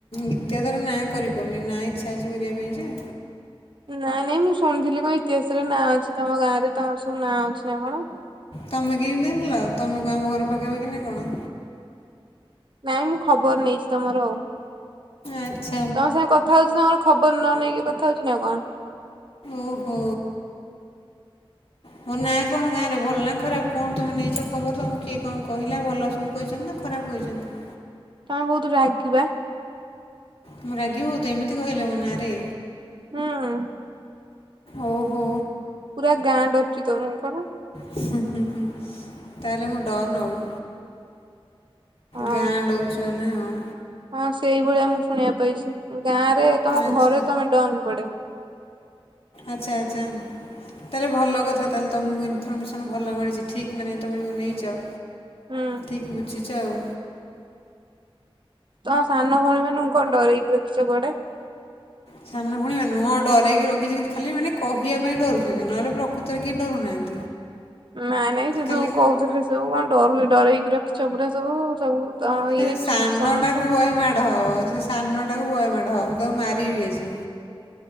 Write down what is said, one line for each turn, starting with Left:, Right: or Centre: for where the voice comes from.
Left: ଇତିହାସରେ ନାଁ କରିପାରୁନି ନାଁ ଇଚ୍ଛା ଅଛି କରିବା ପାଇଁ ସେ
Right: ନାଇଁ ନାଇଁ ମୁଁ ଶୁଣିଥିଲି କଣ ଇତିହାସରେ ନାଁ ଅଛି ତମ ଗାଁ ରେ ତମର ସବୁ ନାଁ ଅଛି ନା କଣ?
Left: ତମେ କେନ୍ତି ଜାଣିଲ ତମକୁ ଆମ ଘର ପକେଇବା କି ନାଇଁ କଣ?
Right: ନାଇଁ ମୁଁ ଖବର ନେଇଛି ତମର ଆଉ।
Left: ଆଛା।
Right: ତମ ସାଙ୍ଗେ କଥା ହଉଛି ତମର ଖବର ନ ନେଇକି କଥା ହଉଛି ନା କଣ।
Left: ଓହୋ ମୋ ନାଁ କଣ ଗାଁରେ ଭଲ ନା ଖରାପ କଣ ତୁମେ ନେଇଛ ଖବର ତମକୁ କିଏ କଣ କହିଲା ଭଲ ସବୁ କହିଛନ୍ତି ନା? ଖରାପ କହିଛନ୍ତି।
Right: ତମେ ବହୁତ ରାଗିବା
Left: ମୁଁ ରାଗିି ବହୁତ୍ ଏମିତି କହିଲେ ମୋ ନାଁରେ।
Right: ହଁ।
Left: ଓ ହୋ।
Right: ପୁରା ଗାଣ୍ଡ ଅଛି ତମଙ୍କର
Left: ହୁଁ ହୁଁ ତାହେଲେ ମୁଁ ଡନ ଆଉ।
Right: ହଁ।
Left: ଗାଁ ଡରୁଛି ମାନେ ଆଉ।
Right: ହଁ ସେଇଭଳିଆ ମୁଁ ଶୁଣିବା ପାଇଛି ଗାଁ ରେ ତମ
Left: ଆଚ୍ଛା
Right: ଘରେ ତମେ ଡନ କୁଆଡେ।
Left: ଆଚ୍ଛା ଆଚ୍ଛା। ତାହେଲେ ଭଲ କଥା ତାହେଲେ ତମକୁ ଇନଫର୍ମେସନ ଭଲ ମିଳିଛି ଠିକ ମାନେ ତମେ ଯଉ ନେଇଚ।
Right: ହୁଁ।
Left: ଠିକ୍ ବୁଝିଛ ଆଉ।
Right: ତ ସାନ ଭଉଣୀ ମାନଙ୍କୁ କଣ ଡରେଇକି ରଖିଛ କୁଆଡେ।
Left: ସାନ ଭଉଣୀ ମାନକୁ ହଁ ଡ଼ରେଇକି ରଖିଛି ଖାଲି ମାନେ କହିବା ପାଇଁ ଡରୁଛନ୍ତି ନହେଲେ ପ୍ରକୃତରେ କେହି ଡରୁନାହାନ୍ତି।
Right: ନାଇ ନାଇଁ ସେ
Left: ଖାଲି
Right: ଯୋଉ କହୁଥିଲେ ସବୁ କଣ ଡରୁନ ଡରେଇକି ରଖିଛ ପୁରା ସବୁ ସବୁ। ତମ
Left: ସେ
Right: ଇଏରେ
Left: ସାନଟାକୁ
Right: ଚୁପ୍ ସମସ୍ତେ
Left: ବହେ ମାଡ଼ ହବ ସେ ସାନଟାକୁ ବହେ ମାଡ଼ ହବ ମୁଁ ତାକୁ ମାରିବି ଆଜି।